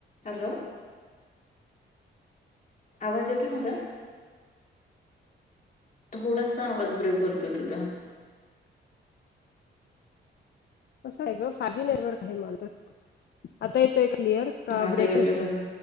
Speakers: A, on the left; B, on the left.
A: हॅलो, आवाज येतोय माझा? थोडासा आवाज, ब्रेक होतो तुझा.
B: असं य ग, फाजी नेटवर्क हाय मालत, आता येतोय क्लिअर? का
A: हां, आता
B: ब्रेक
A: येतोय
B: होतोय?
A: बरोबर,